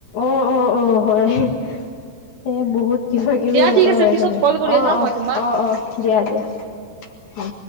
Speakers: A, on the left; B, on the right.
A: উম উম উম হয়। এ
B: উম,
A: বহুত কিবা কিবি
B: দিয়া
A: এনেকুৱা
B: ঠিক আছে
A: হৈ
B: পিছত
A: থাকে।
B: কল কৰি
A: অ
B: আছো হা
A: অ
B: মই তোমাক
A: অ অ দিয়া দিয়া। উম